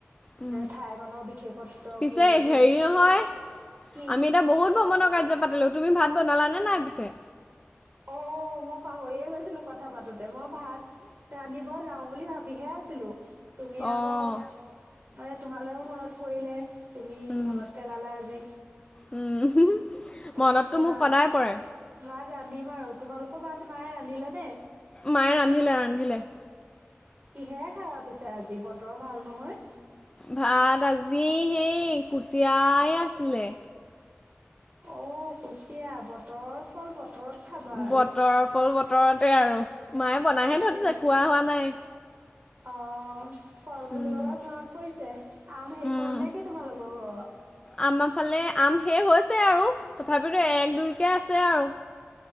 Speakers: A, on the left; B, on the right.
A: উম,
B: ঠাইকণৰ বিশেষত্ব
A: পিছে
B: কি
A: হেৰি
B: সেই
A: নহয়
B: কি
A: আমি এ বহুত ভ্ৰমণৰ কাৰ্য পাতিলো, তুমি ভাত বনালা নে নাই পিছে?
B: অ', মই পাহৰিয়ে গৈছিলো কথা পাতোতে, মই ভাত ৰান্ধিব যাও বুলি ভাবিহে আ ছিলো তুমি
A: অঁ
B: আকৌ মানে, তোমালৈও মনত পৰিলে তুমি
A: উম
B: মনত পেলালা আজি।
A: উম'। মনততো
B: ভাত বনাম,
A: মোৰ সদায় পৰে
B: ভাত ৰান্ধিম আৰু, তোমালোকৰ ভাত মায়ে ৰান্ধিলে নে?
A: মায়ে ৰান্ধিলে ৰান্ধিলে।
B: কিহে খাবা পিছে আজি? বতৰ ভাল নহয়।
A: ভাত আজি সেই কুচিয়াই আছিলে।
B: অ', কুচিয়া বতৰৰ ফল বতৰত খাবা
A: বতৰৰ
B: আৰু।
A: ফল বতৰতে আৰু, মায়ে বনাহে
B: তাকে
A: থৈ দিছে, খোৱা হোৱা নাই।
B: অ' ফল
A: উম
B: বুলি কলে মনত পৰিছে। আম শেষ
A: উম।
B: হল নেকি তোমালোকৰ ঘৰত।
A: আমাৰ ফালে আম শেষ হৈছে আৰু তথাপিতো এক দুইকে আছে আৰু।